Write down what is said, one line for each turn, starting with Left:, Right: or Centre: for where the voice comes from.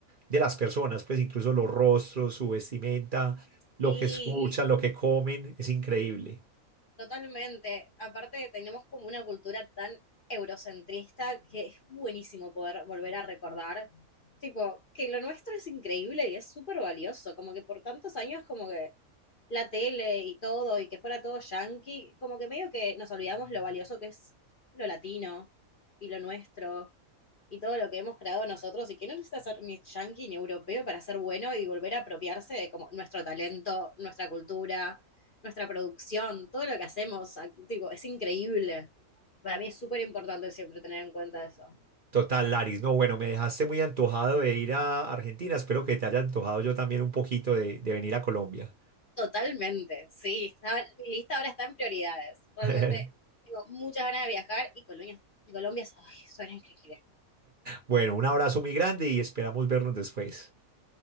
Right: de las personas, pues incluso los rostros, su vestimenta, lo
Left: Sí,
Right: que escuchan, lo que comen, es increíble.
Left: Totalmente. Aparte, tenemos como una cultura tan eurocentrista que es buenísimo poder volver a recordar, tipo, que lo nuestro es increíble y es súper valioso, como que por tantos años como que la tele y todo y que fuera todo yankee, como que medio que nos olvidamos lo valioso que es lo latino y lo nuestro y todo lo que hemos creado nosotros y que no necesita ser ni yankee ni europeo para ser bueno y volver a apropiarse de como nuestro talento, nuestra cultura nuestra producción, todo lo que hacemos, tipo, es increíble. Para mí es súper importante siempre tener en cuenta eso.
Right: Total, Laris, no, bueno, me dejaste muy antojado de ir a Argentina, espero que te haya antojado yo también un poquito de, de venir a Colombia.
Left: Totalmente, sí. mi lista ahora está en prioridades. Realmente
Right: <laughs>
Left: tengo muchas ganas de viajar y Colombia, y Colombia ay, suena increíble.
Right: Bueno, un abrazo muy grande y esperamos vernos después.